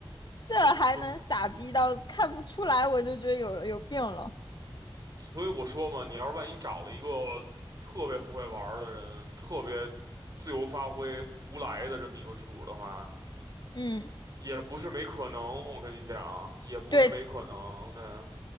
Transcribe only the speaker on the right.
哼
所以我说嘛，你要是万一找了一个特别不会玩儿的人，特别自由发挥、胡来的这么一个主儿的话。
也不是没可能，我跟你讲，也不是没可能的。